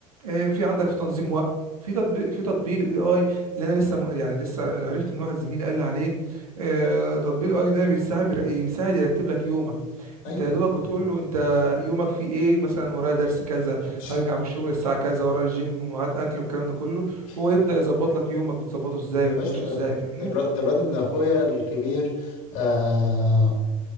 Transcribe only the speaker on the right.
آه، في عندك في تنظيم وقت في تطبيق في تطبيق الاي اي اللي انا لسه م- يعني لسه عرفت من واحد زميلي قال لي عليه آه، تطبيق الاي ده بيساعد بيساعد يرتب لك يومك
انت يا دوبك
بتقول له انت يومك فيه ايه مثلا ورايا درس كذا
هرجع من الشغل الساعه كذا ورايا الجيم ميعاد اكل والكلام ده كله
هو يبدا يظبط لك يومك بتظبطه ازاي
وبتمشي
ازاي فاهمني